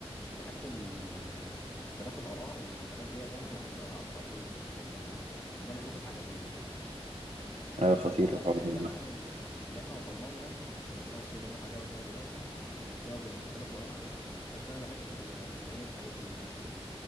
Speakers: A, on the left; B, on the right.
A: بحب ال آه، اختلاف الآراء والحاجات ديت يعني أنا بحب أقرأ فيهم يعني بحب آه، إن أنا أشوف الحاجة ديت يعني
B: ايوه
A: أنا
B: خطير
A: ب-
B: الحوار
A: بعيدا
B: ده
A: عن ال- اللي إحنا وصلنا له يعني ممكن اللي إحنا <laughs> وصلنا له حاجة وحشة دلوقتي بسبب الاختلاف الآراء ده بس أنا بحب ال يعني إيه الحاجات ديت يعني